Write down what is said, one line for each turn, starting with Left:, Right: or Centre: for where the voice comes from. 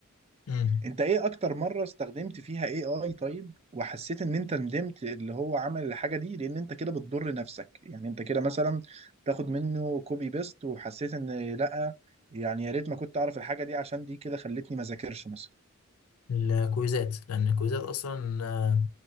Left: كده
Right: أنت إيه أكتر مرة استخدمت فيها AI طيب وحسيت إن أنت ندمت اللي هو عمل الحاجة دي لأن أنت كده بتضر نفسك يعني أنت كده مثلا تاخد منه كوبي بيست وحسيت إن لأ يعني يا ريت ما كنت أعرف الحاجة دي عشان دي كده خلتني ما ذاكرش مثلا
Left: الكويزات لان الكويزات اصلا آه،